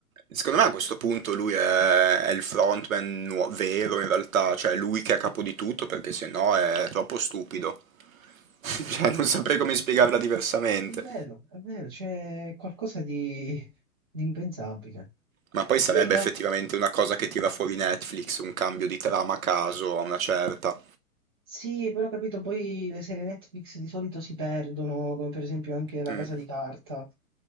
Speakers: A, on the right; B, on the right.
A: Secondo me a questo punto lui è, è il frontman nuo- vero in realtà, cioè è lui che è a capo di tutto perché se no è troppo stupido. <laughs> Cioè, non saprei come spiegarla diversamente.
B: È vero, è vero, c'è qualcosa di, di impensabile.
A: Ma poi sarebbe
B: Poi la-
A: effettivamente una cosa che tira fuori Netflix, un cambio di trama a caso a una certa.
B: Sì, però ho capito, poi le serie Netflix di solito si perdono, come per esempio anche La
A: Mm.
B: Casa di Carta.